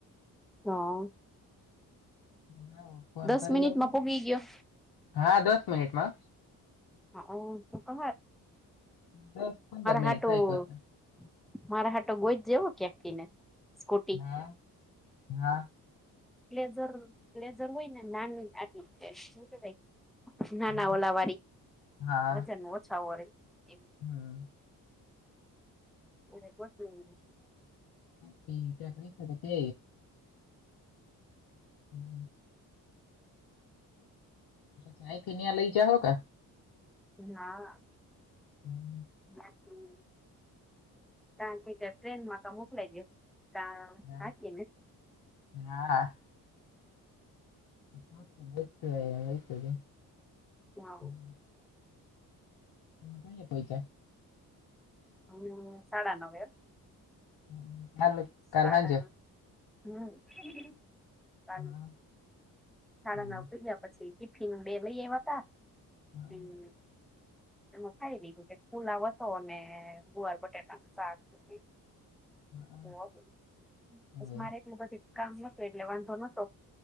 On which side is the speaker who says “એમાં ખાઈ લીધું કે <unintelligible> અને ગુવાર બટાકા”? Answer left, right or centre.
Centre